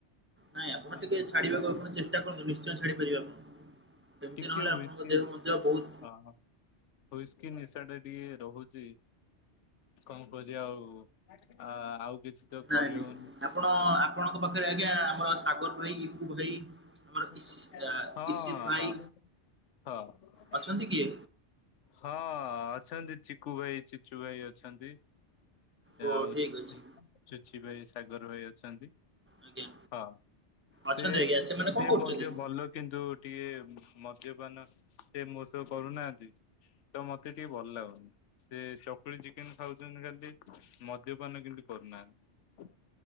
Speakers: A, on the right; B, on the left.
A: ନାଇଁ ଆପଣ
B: ହଁ
A: ଟିକେ ଛାଡିବାକୁ ଆପଣ ଚେଷ୍ଟା କରନ୍ତୁ ନିଶ୍ଚୟ ଛାଡି ପାରିବେ ଆପଣ। ଏମିତି
B: ଟିକେ
A: ନହେଲେ
B: ହୁଇସ୍କି
A: ଆପଣଙ୍କ ଦେହ ମଧ୍ୟ ବହୁତ
B: ହଁ ହୁଇସ୍କି କି ନିଶା ଟେ ଟିକେ ରହୁଛି କଣ କରିବା ଆଉ କିଛି ତ
A: ନାଇଁ
B: କରିହଉନି।
A: ନାଇଁ ଆପଣ ଆପଣଙ୍କ ପାଖରେ ଆଜ୍ଞା ଆମର ସାଗର ଭାଇ କୁ ଭାଇ ଆମର
B: ହଁ
A: ଇସି ଆ, ଇସିତ
B: ହଁ
A: ଭାଇ
B: ହଁ ହଁ।
A: ଅଛନ୍ତି କିଏ?
B: ହଁ ଆଚ୍ଛା। ଚକୁୁ ଭାଇ ଚିଚୁ ଭାଇ ଅଛନ୍ତି
A: ଓ
B: ଆଉ
A: ଠିକ୍
B: ଚୁଚି
A: ଅଛି
B: ଭାଇ ସାଗର ହୋଇ ଅଛନ୍ତି।
A: ଆଜ୍ଞା
B: ହଁ
A: ଅଛନ୍ତି
B: ସେ
A: ଆଜ୍ଞା ସେମାନେ। କଣ
B: ସେ
A: କରୁଛନ୍ତି?
B: ମଧ୍ୟ ଭଲ କିନ୍ତୁ ଟିକେ ମଦ୍ୟପାନ ସେ ମୋ ସହବ କରୁନାହାନ୍ତି ତ ମତେ ଟିକେ ଭଲ ଲାଗୁନି। ସେ ଚକୁଳି ଚିକେନ ଖାଉଛନ୍ତି ଖାଲି ମଦ୍ୟପାନ କେମତି କରୁନାହାନ୍ତି।